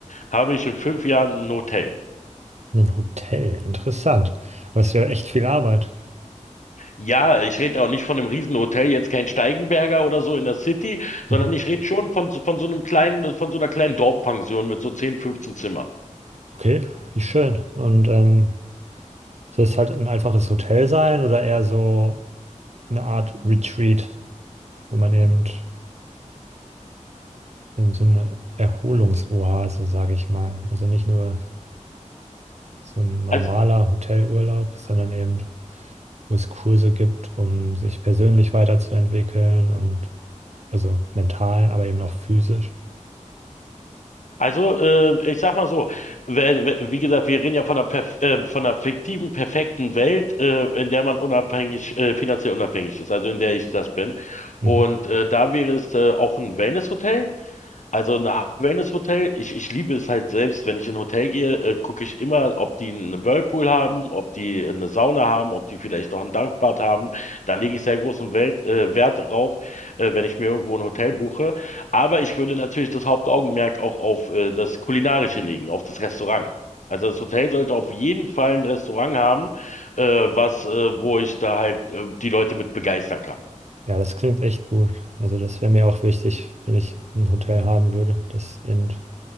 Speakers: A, on the left; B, on the right.
A: habe ich in fünf Jahren ein Hotel.
B: Ein Hotel, interessant. Aber es ist ja echt viel Arbeit.
A: Ja, ich rede auch nicht von einem Riesenhotel, jetzt kein Steigenberger oder so in der City, sondern
B: Mhm.
A: ich rede schon von, so- von so einem kleinen, von so einer kleinen Dorfpension mit so 10 15 Zimmern.
B: Okay, wie schön. Und ähm, Soll es halt ein einfaches Hotel sein oder eher so eine Art Retreat, wo man eben in so eine Erholungsoase, sage ich mal. Also nicht nur so ein normaler
A: Also,
B: Hotelurlaub, sondern eben, wo es Kurse gibt, um sich persönlich weiterzuentwickeln und also mental, aber eben auch physisch.
A: also äh, ich sag mal so, we- we- wie gesagt, wir reden ja von einer, perf äh, von einer fiktiven, perfekten Welt, äh, in der man unabhängig, äh, finanziell unabhängig ist, also in der ich das bin.
B: Mhm.
A: Und äh, da wäre es äh, auch ein Wellnesshotel. Also eine Art Wellness-Hotel, ich, ich liebe es halt selbst, wenn ich in ein Hotel gehe, äh, gucke ich immer, ob die einen Whirlpool haben, ob die eine Sauna haben, ob die vielleicht noch ein Dampfbad haben. Da lege ich sehr großen Welt, äh, Wert drauf, äh, wenn ich mir irgendwo ein Hotel buche. Aber ich würde natürlich das Hauptaugenmerk auch auf äh, das Kulinarische legen, auf das Restaurant. Also das Hotel sollte auf jeden Fall ein Restaurant haben, äh, was, äh, wo ich da halt äh, die Leute mit begeistern kann.
B: Ja, das klingt echt gut. Also das wäre mir auch wichtig, wenn ich ein Hotel haben würde, dass eben